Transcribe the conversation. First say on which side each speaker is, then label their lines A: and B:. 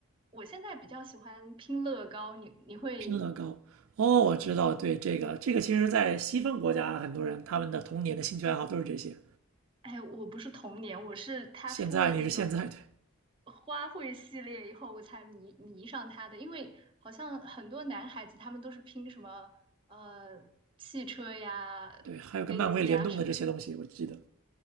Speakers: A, on the right (about 25°); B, on the right (about 65°).
A: 我现在比较喜欢拼乐高，你你会？
B: 拼乐高。哦，我知道，对这个这个，其实，在西方国家，很多人他们的童年的兴趣爱好都是这些。
A: 哎，我不是童年，我是他出了那个
B: 现在你是现在，对
A: 花卉系列以后，我才迷迷上他的。因为好像很多男孩子他们都是拼什么呃汽车呀、
B: 对，还有跟漫威联动的这些东西，
A: 飞机呀什么的，
B: 我记得。